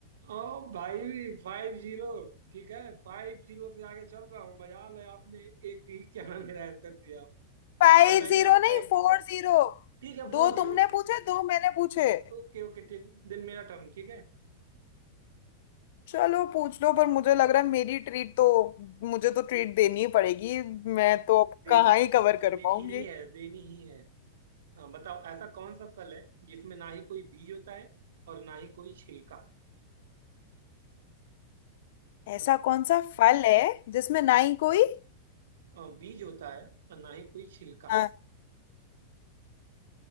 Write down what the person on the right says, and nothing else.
ओ भाई फाइव जीरो ठीक है फाइव जीरो से आगे चल रहा हूँ मजाल है आपने एक भी क्या नाम मेरा आंसर दिया
और मैंने
आपका
एक भी
ठीक है फोर
जीरो
ओके
ओके ओके ठीक दिन मेरा टर्न ठीक है
देनी
देनी
ही है देनी ही है हाँ बताओ ऐसा कौन सा फल है जिसमें ना ही कोई बीज होता है और ना ही कोई छिलका बताओ
अ, बीज होता है और ना ही कोई छिलका